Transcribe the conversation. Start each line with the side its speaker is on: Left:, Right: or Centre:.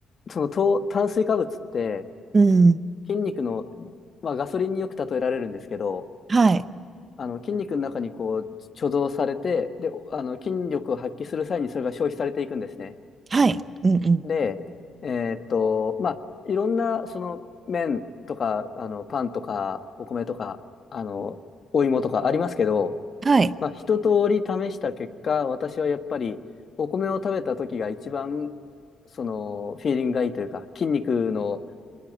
Left: その糖、炭水化物って、
Right: うん。
Left: 筋肉の、まあ、ガソリンによく例えられるんですけど、
Right: はい。
Left: あの、筋肉の中にこう、貯蔵されて、で、あの、筋力を発揮する際にそれが消費されていくんですね。
Right: はい。うんうん。
Left: で、えーっと、まあ、いろんな、その、麺とか、あの、パンとか、お米とか、あの、お芋とかありますけど、
Right: はい。
Left: まあ、一通り試した結果、私はやっぱりお米を食べた時が一番そのフィーリングがいいというか、筋肉の